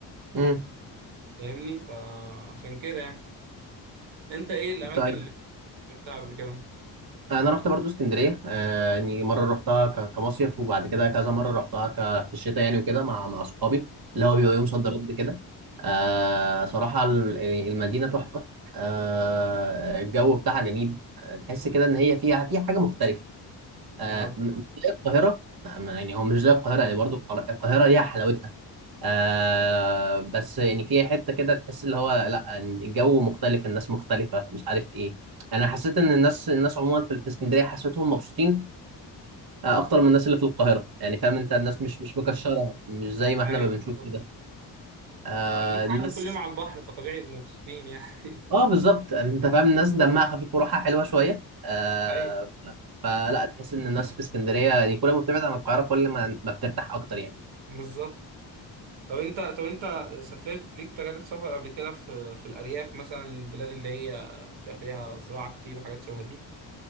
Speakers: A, on the right; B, on the right.
A: امم
B: فاهمني فعشان كده يعني انت ايه الاماكن
A: طيب
B: اللي سافرتها قبل كده
A: انا رحت برضو اسكندريه آه يعني مره رحتها ك... كمصيف وبعد كده كذا مره رحتها ك... في الشتاء يعني وكده مع مع صحابي اللي هو بيبقى
B: آه.
A: يوم صد رد كده آه صراحه ال- يعني المدينه تحفه آه الجو بتاعها جميل آه، تحس كده ان هي فيها فيها حاجه مختلفه آه،
B: آه،
A: م- مش زي القاهرة ما- ما- يعني هو مش زي القاهرة يعني برضو القر- القاهرة ليها حلاوتها آه بس يعني في حتة كده تحس اللي هو لا الجو مختلف الناس مختلفة مش عارف ايه انا حسيت ان الناس الناس عموما في في اسكندرية حسيتهم مبسوطين آه، اكتر من الناس اللي في القاهرة يعني فاهم انت الناس مش مش مكشرة مش زي ما احنا
B: ايوه
A: ما بنشوف
B: بالظبط
A: كده آه
B: آه، الناس
A: الناس
B: قاعده كل يوم على البحر فطبيعي يبقوا مبسوطين يعني
A: اه بالظبط انت فاهم الناس دمها خفيف وروحها حلوة شوية آه
B: <laughs> ايوه
A: فلا تحس ان الناس في اسكندرية يعني كل ما بتبعد عن القاهرة كل ما ما بترتاح اكتر يعني
B: بالظبط طب انت طب انت سافرت ليك تجارب سفر قبل كده في في الارياف مثلا البلاد اللي هي بيبقى فيها زراعه كتير وحاجات شبه دي